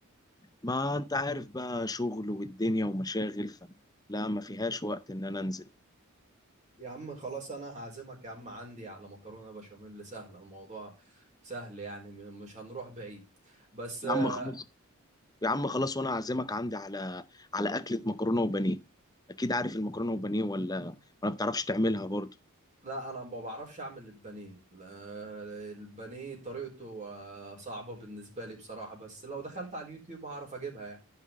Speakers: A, on the left; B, on the right.
A: ما انت عارف بقى شغل والدنيا ومشاغل ف... لا ما فيهاش وقت ان انا انزل
B: يا عم خلاص انا هعزمك يا عم عندي على مكرونه بشاميل سهله الموضوع سهل يعني م- مش هنروح بعيد بس
A: يا
B: آه،
A: عم خلاص يا عم خلاص وانا اعزمك عندي على على اكله مكرونه وبانيه اكيد عارف المكرونه وبانيه ولا ولا بتعرفش تعملها برضه
B: لا انا ما بعرفش اعمل البانيه لا، البانيه طريقته آه، صعبه بالنسبه لي بصراحه بس لو دخلت على اليوتيوب هعرف اجيبها